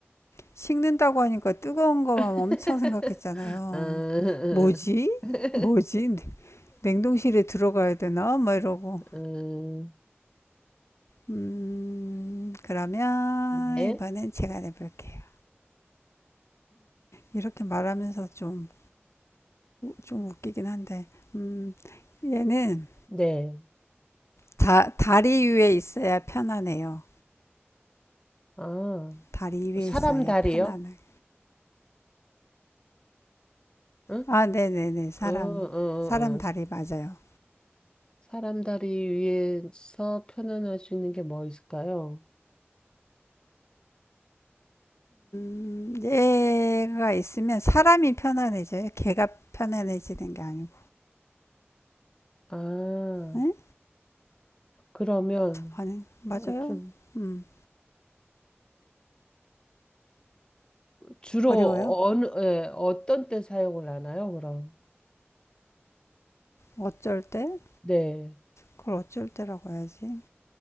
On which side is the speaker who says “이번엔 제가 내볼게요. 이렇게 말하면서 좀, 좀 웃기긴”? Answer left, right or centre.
Left